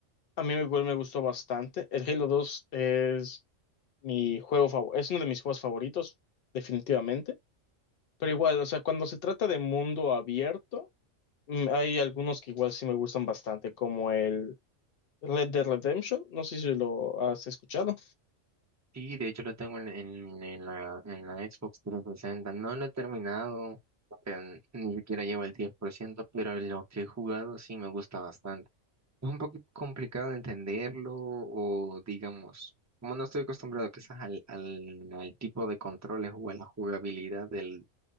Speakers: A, on the left; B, on the right.
A: A mí igual me gustó bastante. El Halo 2 es mi juego favorito, es uno de mis juegos favoritos, definitivamente. Pero igual, o sea, cuando se trata de mundo abierto, mm, hay algunos que igual sí me gustan bastante, como el Red Dead Redemption. No sé si lo has escuchado.
B: Sí, de hecho lo tengo en, en, en la, en la Xbox 360, no lo he terminado, porque ni siquiera llevo el 10% pero lo que he jugado sí me gusta bastante. Es un poquito complicado de entenderlo o digamos, como no estoy acostumbrado quizás al, al, al tipo de controles o a la jugabilidad del,